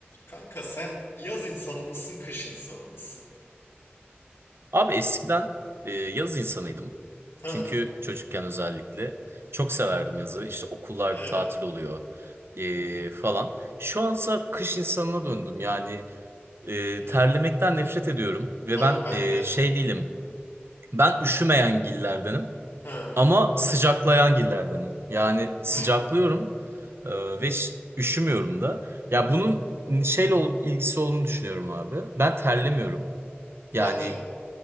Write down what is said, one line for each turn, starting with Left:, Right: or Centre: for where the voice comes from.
Left: Kanka sen yaz insanı mısın, kış insanı mısın?
Right: Abi eskiden e, yaz insanıydım.
Left: Ha,
Right: Çünkü çocukken özellikle çok severdim yazı. İşte okullar
Left: evet.
Right: bir tatil oluyor e, falan. Şu ansa kış insanına döndüm. Yani e,
Left: Hmm.
Right: terlemekten nefret ediyorum. Ve
Left: Abi
Right: ben
Left: ben
Right: e,
Left: de.
Right: şey değilim. Ben üşümeyen gillerdenim.
Left: Ha.
Right: Ama sıcaklayan gillerdenim. Yani sıcaklıyorum
Left: Hmm.
Right: e, ve ş- üşümüyorum da. Ya bunun şeyle ol- ilgisi olduğunu düşünüyorum abi. Ben terlemiyorum. Yani
Left: Hadi ya.